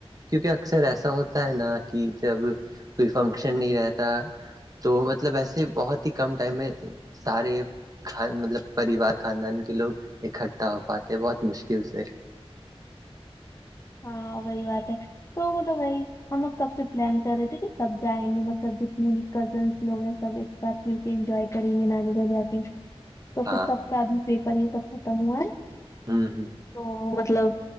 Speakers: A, on the right (about 35°); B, on the left (about 30°).
A: کیونکہ اکثر ایسا ہوتا ہے نا کہ جب کوئی فنکشن نہیں رہتا تو مطلب ایسے بہت ہی کم ٹائم میں سارے خان مطلب پریوار خاندان کے لوگ اکٹھا ہو پاتے ہیں بہت مشکل سے
B: ہاں وہی بات ہے تو مطلب بائی ہم لوگ کب سے پلان کر رہے تھے کہ سب جائیں گے مطلب جتنی بھی کزنس لوگ ہیں سب سات میں انجوائے کریں گے نانی گھر جا کے تو
A: ہاں
B: پھر سب کا ابھی پیپر یہ سب ختم ہوا ہے
A: ہوں ہوں
B: تو مطلب